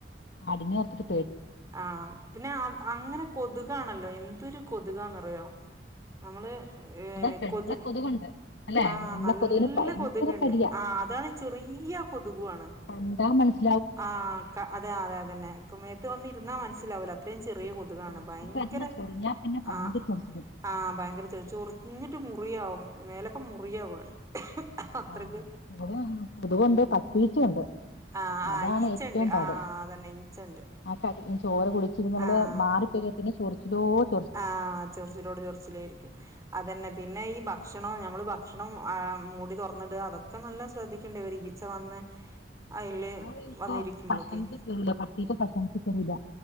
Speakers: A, on the left; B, on the right.
A: അടിഞ്ഞോത്തിട്
B: ആഹ് പിന്നെ അങ്ങെനെ കൊതുകാണല്ലോ. എന്തൊരു കൊതുകാന്നറിയോ. നമ്മെള് ഏഹ്
A: അതാ വെള്ള
B: കൊതു
A: കൊതുകുണ്ട് അല്ലെ
B: ആഹ്
A: വെള്ള
B: നല്ല
A: കൊതുകിന് ഭയങ്കര
B: കൊതുക്കെണ്ട്
A: കടിയാ
B: ആ അതാണ് ചെറി യ കൊതുകുവാണ്
A: എന്താ മനസ്
B: ആഹ് ക അതെയതെ അതന്നെ മേത്ത് വന്നിരുന്നാ മനസ്സിലാവൂലോ. ചെറിയ കൊതുകാണ്.
A: ചൊറിച്ചിൽ
B: ഭയങ്കര
A: വരുന്ന ചൊറിഞ്ഞാ പിന്നെ ഭയങ്കര
B: ആ
A: ചൊറിച്ചില്
B: ആ ഭയങ്കര ചൊറി. ചൊറിഞ്ഞിട്ട് മുറു യാവും മേലേക്കെ മുറിയാവാണ് അത്രക്ക്
A: ആ കൊതുകുണ്ട്. കൊതുകൊണ്ട്. പത്തീച്ച യൊണ്ട്.
B: ആഹ്
A: അതാണ്
B: ആഹ് ഈച്ചണ്ട്
A: ഏറ്റവും പാട്.
B: ആഹ് അതന്നെ ഈച്ചണ്ട്
A: ആ തടിയ ചോര കുടിച്ചിട് നമ്മെള്
B: ആഹ്
A: മാറിക്കഴിഞ്ഞാപ്പിന്നെ ചൊറിച്ചിലോട്
B: ആഹ് ചൊറിച്ചിലോട് ചൊറിച്ചിലാരിക്കും. അതന്നെ പിന്നെയി ഭക്ഷണം നമ്മെള് ഭക്ഷണം ആ മൂടി തൊറന്നിടുക. അതൊക്കെ നല്ല ശ്രദ്ധിക്കേണ്ടയൊരു ഈച്ച വന്ന് അയില്
A: ആയിപ്പ
B: വന്നിരിക്കുമ്പളൊക്കെ
A: ഭക്ഷണത്തി കേറീല്ല. പട്ടീടെ ഭക്ഷണത്തി കേറൂല.